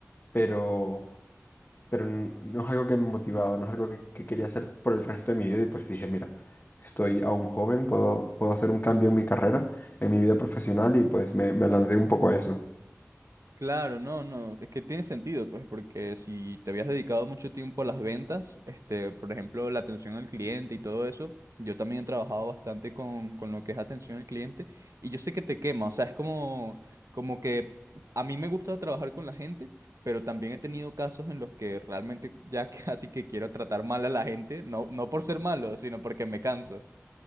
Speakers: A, on the left; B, on the right.
A: pero pero n- no es algo que me motivaba, no es algo que, que quería hacer por el resto de mi vida y pues dije, mira, estoy aún joven, puedo, puedo hacer un cambio en mi carrera, en mi vida profesional y pues me, me lancé un poco a eso.
B: Claro, no, no, es que tiene sentido, pues, porque si te habías dedicado mucho tiempo a las ventas, este, por ejemplo, la atención al cliente y todo eso, yo también he trabajado bastante con, con lo que es atención al cliente y yo sé que te quema, o sea, es como, como que a mí me gusta trabajar con la gente, pero también he tenido casos en los que realmente ya <laughs> casi que quiero tratar mal a la gente, no, no por ser malo, sino porque me canso.